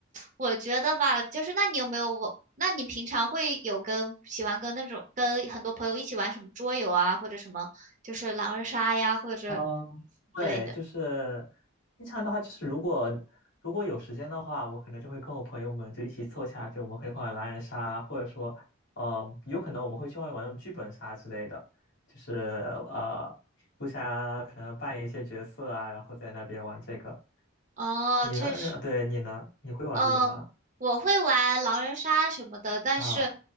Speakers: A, on the right (about 35°); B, on the left (about 60°).
A: 我觉得吧，就是那你有没有我？那你平常会有跟喜欢跟那种跟很多朋友一起玩什么桌游啊，或者什么就是狼人杀呀，或者
B: 嗯，对，
A: 之类的？
B: 就是平常的话，就是如果如果有时间的话，我可能就会跟我朋友们就一起凑下，就我们可以玩狼人杀，或者说，呃，有可能我们会去外面玩那种剧本杀之类的，就是呃，互相可能扮演一些角色啊，然后在那边玩这个。
A: 哦，
B: 你呢？
A: 确实。
B: 呃对，你呢？你会玩这种吗？
A: 呃，我会玩狼人杀什么的，但是，
B: 啊，